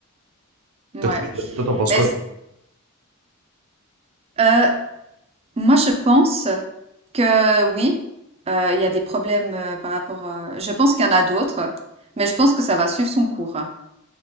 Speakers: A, on the right; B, on the right.
A: Ouais.
B: Toi, tu, toi, t'en penses
A: Mais
B: quoi?
A: c- euh, moi, je pense que oui, euh, il y a des problèmes euh, par rapport. euh, je pense qu'il y en a d'autres, mais je pense que ça va suivre son cours.